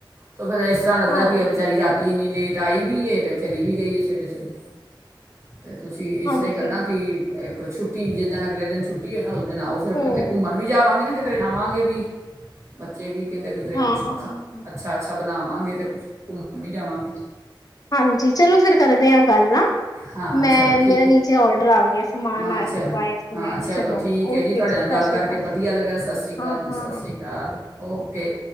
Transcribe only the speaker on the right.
ਤੇ ਫੇਰ ਇਸ ਤਰ੍ਹਾਂ ਲੱਗਦਾ
ਕਿ ਵਿਚਾਰੀ ਰਾਤ ਤੀ ਇੰਨੀ ਲੇਟ ਆਈ ਵੀ ਹੈ ਅਤੇ ਚਲੀ ਵੀ ਗਈ ਹੈ ਸਵੇਰੇ-ਸਵੇਰੇ ਅਤੇ ਤੁਸੀਂ ਇਸ
ਤਰ੍ਹਾਂ ਹੀ ਕਰਨਾ ਕਿ ਛੱਟੀ ਜੀਦਨ ਅਗਲੇ ਦਿਨ ਛੁੱਟੀ ਹੈ ਨਾ ਉਸ ਦਿਨ ਆਓ।
ਕਿਤੇ ਘੁੰਮਣ ਵੀ ਜਾਵਾਂਗੇ ਨਾ ਕਿਤੇ ਜਾਵਾਂਗੇ ਵੀ, ਬੱਚੇ ਵੀ ਕਿੰਂਦੇ ਕੁਦਰੇ
ਕੁਛ
ਅੱਛਾ -ਅੱਛਾ ਬਣਾਵਾਂਗੇ ਤੇ ਕੁਛ ਘੁੰਮਣ ਵੀ ਜਾਵਾਂਗੇ
ਹਾਂ
ਚਲੋ ਠੀਕ
ਹਾਂ ਚਲੋ
ਹਾਂ
ਠੀਕ ਹੈ
ਤੁਹਾਡੇ
ਨਾਲ ਗੱਲ
ਕਰਕੇ
ਵਧੀਆ ਲੱਗਿਆ। ਸਤਿ ਸ਼੍ਰੀ ਅਕਾਲ
ਜੀ,
ਸਤਿ ਸ਼੍ਰੀ ਅਕਾਲ ਓਕੇ